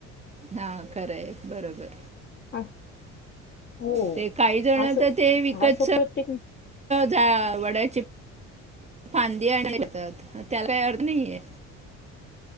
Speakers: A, on the right; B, on the left.
A: हा खराय बरोबर.
B: <unintelligible> हो
A: ते काही जण
B: असं
A: तर ते विकतच
B: असं प्रत्येक
A: झा वडाचे फांदीे आणतात त्याला काय अर्थ नाहीय.